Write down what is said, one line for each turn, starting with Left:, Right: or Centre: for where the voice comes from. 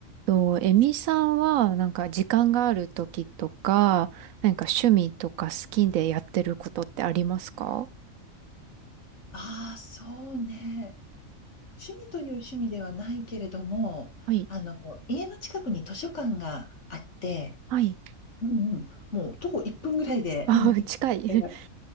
Right: と、エミさんは、なんか時間がある時とか、なんか趣味とか好きでやってることってありますか
Left: ああ、そうね。趣味という趣味ではないけれども、
Right: はい。
Left: あの、家の近くに図書館があって、
Right: はい。
Left: うんうん、もう徒歩1分ぐらいで、
Right: <laughs> ああ、
Left: うん、行けるから
Right: 近い。<laughs>